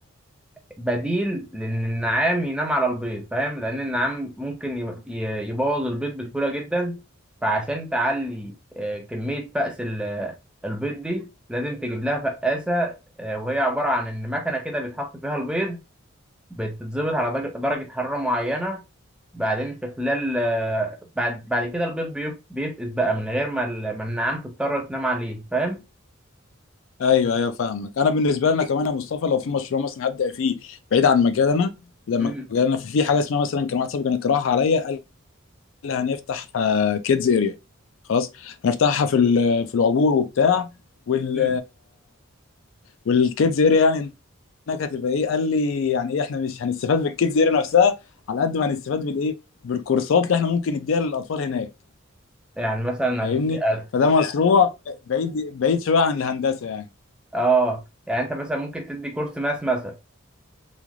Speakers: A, in the centre; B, on the left.
A: بديل لان النعام ينام على البيض فاهم لان النعام ممكن يب- ي- يبوظ البيض بسهوله جدا فعشان تعلي آه، كميه فأس ال- البيض دي لازم تجيب لها فقاسه آه، وهي عباره عن ان مكنه كده بيتحط فيها البيض بتتظبط على درجه درجة حراره معينه بعدين في خلال آه، بعد بعد كده البيض بيف- بيفقس بقى من غير ما ال- ما النعام تضطر تنام عليه فاهم
B: ايوه ايوه فاهمك انا بالنسبه لنا كمان يا مصطفى لو في مشروع مثلا هبدا فيه بعيد عن مجالنا لما
A: مم.
B: مجالنا في في حاجه اسمها مثلا كان واحد صاحبي كان اقتراح عليا قال لي هنفتح كيدز اريا خلاص هنفتحها في ال- في العبور وبتاع وال
A: مم.
B: والكيدز اريا يعني انك هتبقى ايه قال لي يعني ايه احنا مش هنستفاد بالكيدز اريا نفسها على قد ما هنستفاد بالايه بالكورسات اللي احنا ممكن نديها للاطفال هناك
A: يعني مثلا
B: فاهمني
A: هتدي-
B: فده مشروع بعيد بعيد شويه عن الهندسه يعني
A: اه يعني انت مثلا ممكن تدي كورس ماس مثلا